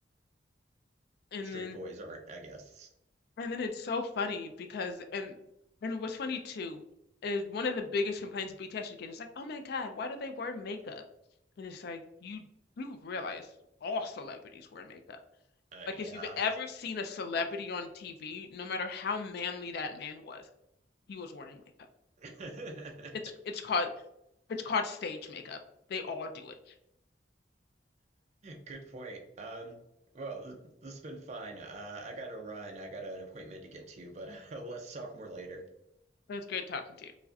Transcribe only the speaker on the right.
Straight
boys aren't, I guess.
Uh,
yeah.
<laughs>
Good point. Um, well, th- this has been fine. Uh, I gotta run. I got an appointment to get to, but <laughs> let's talk more later.